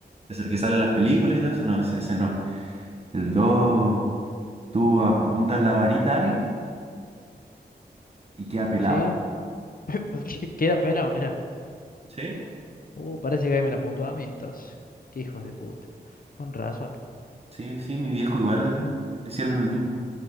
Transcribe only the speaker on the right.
es el que sale en las películas y todo eso, no, ese, ese no. El 2, tú ap- apuntas la varita a alguien y queda pelado.
Sí,
sí, sí, mi viejo igual
le hicieron el mismo.